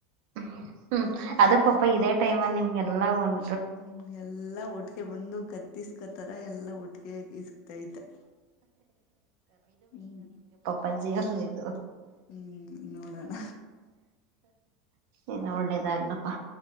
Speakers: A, on the right; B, on the left.
A: ಹ್ಮ ಹ್ಮ್ ಅದ ಪಾ ಇದೇ ಟೈಮ ಅಲ್ಲಿ ನಿಮ ಎಲ್ಲ ಒಂದು
B: ಹ್ಮ್ ಎಲ್ಲಾ ಒಟ್ಿಗೆ ಬಂದು ಕತ್ತಿಸಕೋತರ ಎಲ್ಲಾ ಒಟ್ಟಿಗೆ ಇಕ್ತೈತೆ ಹ್ಮ್
A: ಪಂಜ ಇದು
B: ಹ್ಮ್ ನೋಡೋಣ
A: ಇನ್ ಒಳ್ಳೇದಾಗಗ್್ಲಪ್ಪಾ